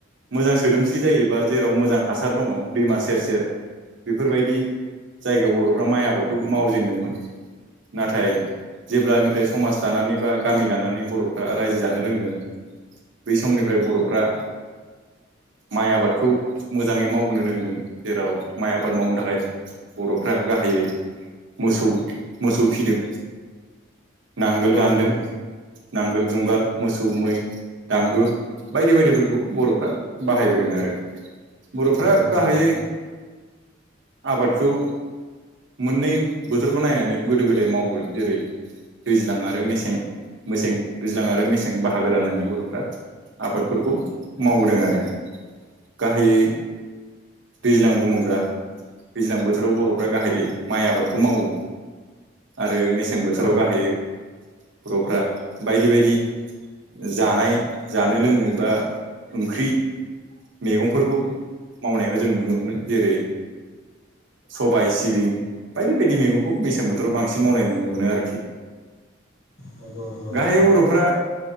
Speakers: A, on the right; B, on the left.
A: मोजां सोदोमस्रि जायोबा जेराव मोजां हासार दङ दैमा सेर सेर बेफोरबायदि जायगायाव बर'फ्रा माइ आबादखौ मावजेनदोंमोन नाथाय जेब्लानिफ्राय समाज दानानै बा गामि दानानै बर'फ्रा रायजो जानो रोंदों बै समनिफ्राय बर'फ्रा माइ आबादखौ मोजाङै मावबोनो रोंदों जेराव माइ आबाद मावनो थाखाय बर'फ्रा गाहायै मोसौ मोसौ फिदों नांगोल
B: नंगौ
A: दानदों
B: नंगौ
A: नांगोल जुंगाल मोसौ मै दांदुर बायदि बायदिफोरखौ बर'फ्रा बाहायबोदों आरो। बर'फ्रा
B: नंगौ नंगौ
A: गाहायै
B: नोंथां
A: आबादखौ मोननै बोथोरखौ नायनानै गोदो गोदाय मावबोदों जेरै दैज्लां आरो मेसें मसे दैज्लां आरो मेसें बाहागो राननानै बर' आबादफोरखौ मावबोदों आरो गाहायै दैज्लां बुङोब्ला दैज्लां बोथोराव बर'फ्रा गाहायै माइ आबादखौ मावो। आरो मेसें मेसें बोथोराव
B: औ
A: गाहायै बर'फ्रा बायदि बायदि जानाय जानो लोंनो बा ओंख्रि मैगंफोरखौ मावनायखौ जों नुनो मोनो जेरै सबाइ सिबिं बायदि बायदि मैगंखौ मेसें बोथोराव बांसिन मावनाय नुनो मोनो आरोखि।
B: नंगौ नंगौ नोंथां
A: गाहायै बर'फ्रा